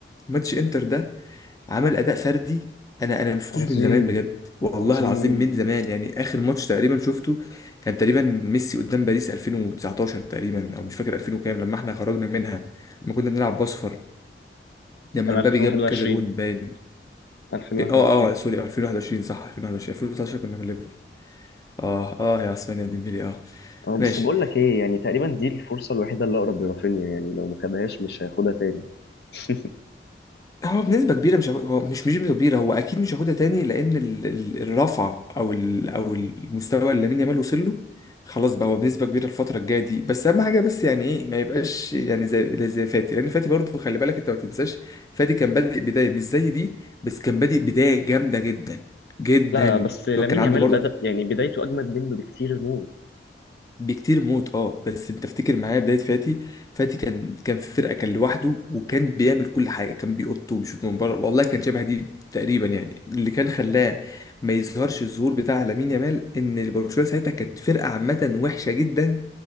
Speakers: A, on the left; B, on the left.
A: ماتش انتر ده عمل اداء فردي انا انا ما شفتوش
B: عظيم
A: من زمان بجد والله
B: عظيم
A: العظيم من زمان يعني اخر ماتش تقريبا شفته كان تقريبا ميسي قدام باريس 2019 تقريبا او مش فاكر 2000 وكام لما احنا خرجنا منها لما كنا بنلعب باصفر لما
B: كان
A: مبابي
B: 2021
A: جاب كذا جون باين
B: 2021
A: اه اه سوري 2021 صح 2021 2019 كنا من ليفر اه اه يا عثمان يا ديمبلي اه
B: اه
A: ماشي
B: بس بقول لك ايه يعني تقريبا دي الفرصه الوحيده اللي اقرب لرافينيا يعني لو ما خدهاش مش هياخدها تاني <laughs>
A: هو بنسبة كبيرة مش هاخد- هو مش مش بنسبة كبيرة هو أكيد مش هياخدها تاني لأن ال- ال- الرفعة أو ال أو المستوى اللي لامين يامال وصل له خلاص بقى هو بنسبة كبيرة الفترة الجاية دي بس أهم حاجة بس يعني إيه ما يبقاش يعني زي زي فاتي لأن فاتي برضه خلي بالك أنت ما تنساش فاتي كان بادئ بداية مش زي دي بس كان بادئ بداية جامدة جدا جدا
B: لا لا بس لامين
A: هو كان عنده
B: يامال
A: برضه
B: بدأ يعني بدايته أجمد منه بكتير موت
A: بكتير موت اه بس انت تفتكر معايا بدايه فاتي فاتي كان كان في فرقه كان لوحده وكان بيعمل كل حاجه كان بيقط وبيشوط من بره والله كان شبه دي تقريبا يعني اللي كان خلاه ما يظهرش الظهور بتاع لامين يامال ان برشلونه ساعتها كانت فرقه عامه وحشه جدا ما